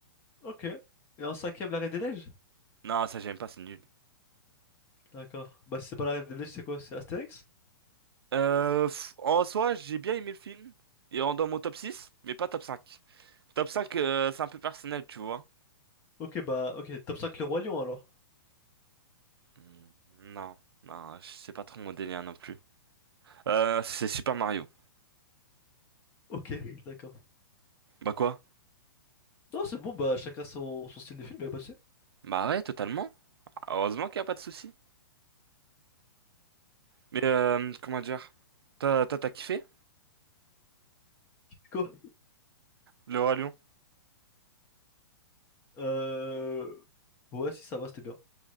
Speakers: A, on the left (about 20°); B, on the right (about 80°).
A: Ok. Et en cinquième, la Reine des Neiges?
B: Non, ça j'aime pas, c'est nul.
A: D'accord. Bah, si c'est pas la Reine des Neiges, c'est quoi? C'est Astérix?
B: Euh, pff, en soi, j'ai bien aimé le film et en dans mon top 6 mais pas top cinq Top 5 euh, c'est un peu personnel, tu vois.
A: Ok, bah, ok. Top 5, le Roi Lion, alors.
B: Hmm, Non, non, c'est pas trop mon délire non plus. Euh, c'est Super Mario.
A: Ok, <laughs> d'accord.
B: Bah quoi?
A: Non, c'est bon, bah, chacun son, son style de film, y'a pas de souci.
B: Bah ouais, totalement. Heureusement qu'il y a pas de souci. Mais euh, comment dire? T'as, t'as, t'as kiffé
A: Quoi?
B: le Roi Lion?
A: Euh... Ouais, si ça va, c'était bien.